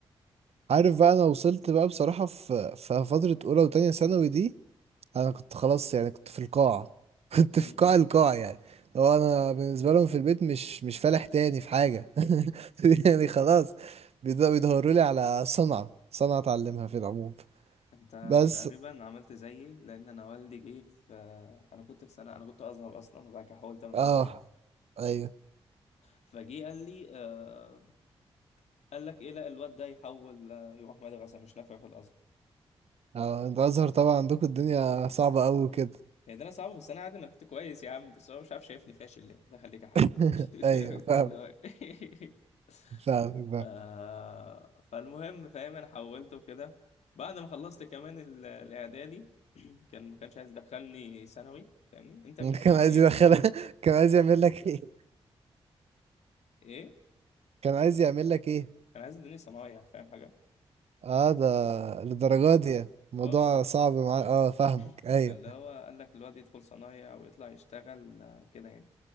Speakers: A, on the right (about 65°); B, on the left (about 75°).
A: عارف بقى انا وصلت بقى بصراحة في في فترة اولى وتانية ثانوي دي انا كنت خلاص يعني كنت في القاع <laughs> كنت
B: م-م.
A: في قاع القاع يعني هو انا بالنسبة لهم في البيت مش مش فالح تاني في حاجة <laughs> يعني خلاص بيدو- بيدوروا لي على صنعة صنعة اتعلمها في العموم
B: انت
A: بس
B: تقريبا عملت زيي لان انا والدي جه في انا كنت في سنه انا كنت ازهر اصلا وبعد كده حولت مدرسه
A: اه
B: يعني
A: ايوه
B: فجه قال لي آه... قال لك ايه لا الواد ده يحول آه، يروح مدرسه مش نافع في الازهر
A: اه انت ازهر طبعا عندكم الدنيا صعبة قوي كده
B: يعني ده انا صعب بس انا عادي انا كنت كويس يا عم بس هو مش عارف شايفني فاشل ليه ده خليك يا حاج
A: <laughs>
B: <laughs>
A: ايوه
B: فاهم انت
A: فاهم
B: اللي هو إيه؟ <laughs>
A: فاهم
B: آه... فالمهم فاهم انا حولت وكده بعد ما خلصت كمان ال- الاعدادي <clears throat> كان ما كانش عايز يدخلني ثانوي فاهمني انت
A: <laughs>
B: بالنسبه
A: كان
B: لك
A: عايز
B: إيه؟
A: يدخلها كان عايز يعمل لك ايه
B: ايه
A: كان عايز يعمل لك ايه
B: كان عايز يديني صنايع فاهم حاجه
A: اه ده للدرجات دي يعني. الموضوع
B: اه فال-
A: صعب معايا
B: <clears throat>
A: اه فاهمك ايوه
B: فاللي هو قال لك الواد يدخل صنايع ويطلع يشتغل آه، كده يعني